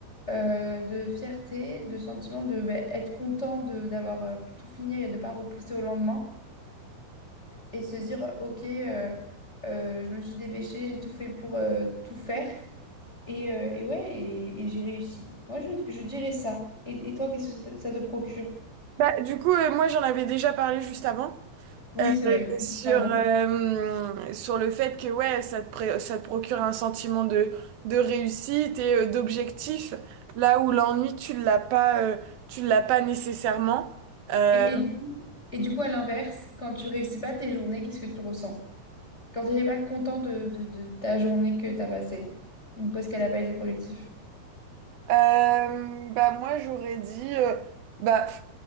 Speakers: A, on the left; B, on the right.
A: euh, de fierté, de sentiment de ben, être content de d'avoir euh, pu tout finir et de pas repousser au lendemain. Et de se dire, euh, OK, euh, euh, je me suis dépêchée, j'ai tout fait pour euh, tout faire. Et, euh, et ouais, et, et j'ai réussi. Moi, je, je dirais ça. Et, et toi, qu'est-ce que ça te, ça te procure?
B: Bah, du coup, euh, moi, j'en avais déjà parlé juste avant.
A: Oui,
B: euh,
A: c'est vrai.
B: sur,
A: Pardon.
B: euh, sur le fait que ouais, ça te, pré- ça te procure un sentiment de, de réussite et euh, d'objectif, là où l'ennui, tu l'as pas, euh, tu l'as pas nécessairement. Euh,
A: Et, et, du, et du coup, à l'inverse, quand tu réussis pas tes journées, qu'est-ce que tu ressens? Quand t'es pas content de, de, de ta journée que t'as passée, ou parce qu'elle n'a pas été productive.
B: Euh, bah moi j'aurais dit euh, bah f-